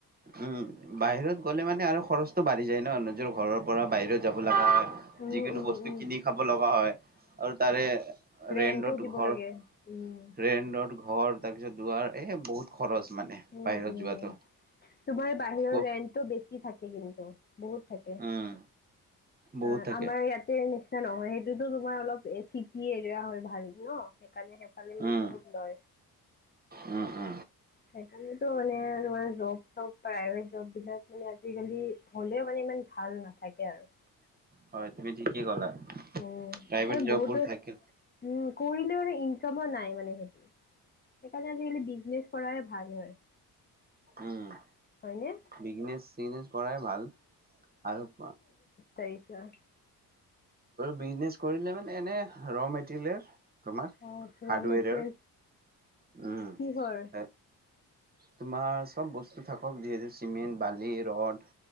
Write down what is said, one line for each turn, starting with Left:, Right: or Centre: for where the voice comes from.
Right: উম বাহিৰত গ'লে মানে আৰু খৰচটো বাঢ়ি যায় ন নিজৰ ঘৰৰ পৰা বাহিৰত যাব লগা হয়
Left: উম
Right: যিকোনো
Left: উম
Right: বস্তু
Left: উম
Right: কিনি খাব লগা হয় আৰু তাৰে
Left: ৰেন্টো
Right: ৰেন্টত
Left: দিব
Right: ঘৰ
Left: লাগে উম
Right: ৰেণ্টত ঘৰ তাৰ পিছত যোৱাৰ এ বহুত খৰচ মানে
Left: উম
Right: বাহিৰত
Left: উম
Right: যোৱাটো
Left: তোমাৰ বাহিৰৰ
Right: ক
Left: ৰেন্টটো বেছি থাকে কিন্তু বহুত থাকে
Right: উম, বহুত
Left: আহ
Right: থাকে
Left: আমাৰ ইয়াতে নি নহয় সেইটোতো তোমাৰ অলপ চিটি এৰিয়া হয় ভাল ন সেইকাৰণে চালি মেলি
Right: উম।
Left: বহুত লয়
Right: উম উম
Left: সেইকাৰণেতো মানে তোমাৰ জব চব প্ৰাইভেট জব বিলাক মানে আজিকালি হ'লেও মানে ইমান ভাল না থাকে আৰু
Right: হয় তুমি ঠিকেই ক'লা
Left: উম
Right: প্ৰাইভেট
Left: আৰু
Right: জববোৰ
Left: বহুতো উম
Right: থাকে।
Left: কৰিলে মানে ইনকামো নাই মানে সেইটো সেইকাৰণে আজিকালি বিজনেছ কৰাই ভাল হয়
Right: উম
Left: হয়নে?
Right: বিগনেছ চিনেছ কৰায়ে ভাল আৰু
Left: তাৰ
Right: বিজনেচ কৰিলে মানে এনে ৰ মেটেৰিয়েল তোমাৰ
Left: অ' ৰ'
Right: হাৰ্ডৱেৰৰ
Left: মেটেৰিয়েল
Right: উম
Left: কিহৰ?
Right: তোমাৰ চব বস্তু থাকক যিহেতু চিমেণ্ট বালি ৰট